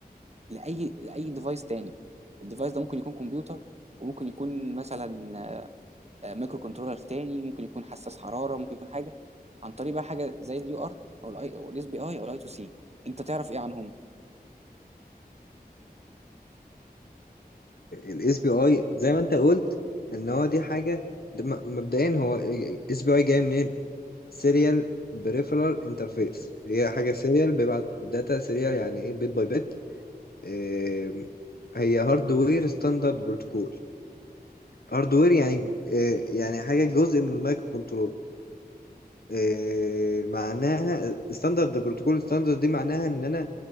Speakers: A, on the right; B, on the left.
A: لأي لأي ديفايس تاني الديفايس ده ممكن يكون كمبيوتر وممكن يكون مثلا آه، مايكرو كنترولر تاني ممكن يكون حساس حرارة ممكن يكون حاجة عن طريق بقى حاجة زي اليو ارت أو الاي أو الاس بي آي أو الاي تو سي أنت تعرف إيه عنهم؟
B: الاس بي اي زي ما انت قلت ان هو دي حاجه ده م- مبدئيا هو اس بي اي جاي منين سيريال بريفرال انترفيس هي حاجه سيريال بيبعت داتا سيريال يعني ايه بيت باي بيت اه، هي هاردوير ستاندرد بروتوكول هاردوير يعني اه، يعني حاجه جزء من المايكرو كنترول آه، معناها ستاندرد بروتوكول ستاندرد دي معناها ان انا